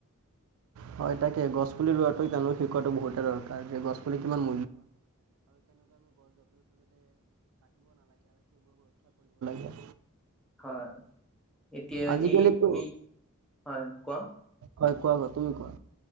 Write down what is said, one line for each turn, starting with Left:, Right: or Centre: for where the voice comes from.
Right: হয় তাকে গছপুলি ৰোৱাটো তেওঁলোক শিকোৱাটো বহুতে দৰকাৰ যে গছপুলি কিমান মু
Centre: হয়। এতিয়া
Right: আজিকালিতো
Centre: এই এই হয় কোৱা
Right: হয় কোৱা ক তুমি কোৱা